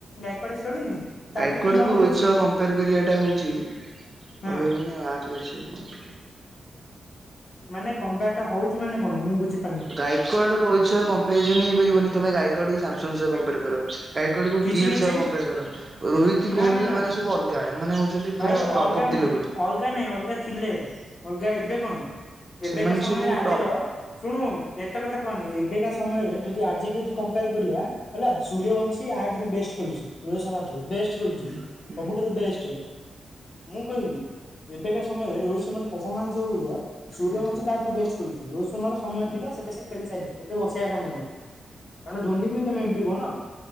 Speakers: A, on the left; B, on the right.
A: ଗାଇକଡେ ଖେଳୁନି ତାଠାରୁ
B: ଗାଈକ
A: ବି
B: ଆଡକୁ
A: ୟଙ୍ଗ
B: ରୋହିତ
A: ଅଛି
B: ସହ କମ୍ପେୟାର କରିବା ଟା ହଉଛି
A: ହଁ
B: କହିହେବନି ଆପ ରେ ଅଛି ଆଉ।
A: ମାନେ କମ୍ପେୟ ଟା ହଉଛି ମାନେ କଣ ମୁ ବଝି
B: ଗାଇକଡ ରହି ସହ କମ୍ପାରିଜନ ହେଇପାରିବନି ତମେ ଗାଇକଡ ସାମସଙ୍ଗ ସହ କମ୍ପେୟାର କର। ଗାଈକଡକୁ
A: କିଛି
B: ଗିଲ୍
A: କିଛି
B: ସହ କମ୍ପେୟାର କର। ରୋହିତ
A: ନା
B: କୋହଲି
A: ନା ନା
B: ଏମାନେ ସବୁ ଅଲଗା, ଏମାନେ ହଉଛନ୍ତି
A: ଭାଇ
B: ପୁରା
A: ଅଲଗା
B: ଟପ୍ ଅଫ୍
A: ନାହିଁ
B: ଦିଲ
A: ଅଲଗା ନାାଇଁ ଅଲଗା ଥିଲେ ଅଲଗା ଏବେ କଣ ଏବେକା
B: ସେମାନେ
A: ସମୟରେ
B: ସବୁ
A: ଆଜିର
B: ଟପ୍।
A: ଶୁଣୁ ଏତେ କଥା କହ ନା ଏବେକା ସମୟରେ ଯଦି ଆଜି ଯଦି କମ୍ପେୟାର କରିବା ହେଲା ସୂର୍ଯ୍ୟବଂଶୀ ସିଏ ଇଆ ଠାରୁ ବେଷ୍ଟ୍ ଖେଳୁଛି ରୋହିତ୍ ଶର୍ମା ଠୁ ବେଷ୍ଟ ଖେଳୁଛି
B: ହୁଁ
A: ସବୁଠାରୁ
B: ହୁଁ
A: ବେଷ୍ଟ। ମୁଁ କହିବି ଏବେକା ସମୟରେ ରୋହିତ ଶର୍ମାର ପରଫମାନ୍ସ ଯୋଉ ଭଳିଆ ସୂର୍ଯ୍ୟବଂଶ
B: ହୁଁ
A: ତାଠାରୁ ବେଷ୍ଟ ଖେଳୁଛି, ରୋହିତ ଶର୍ମାଙ୍କ ସମୟ ଥିଲା, ସେବେ ସେ ଖେଳି ସାରିଛି ଏବେ ବସେଇବା ସମୟ। ମାନେ ଧୋନି ବି ତମେ <unintelligible>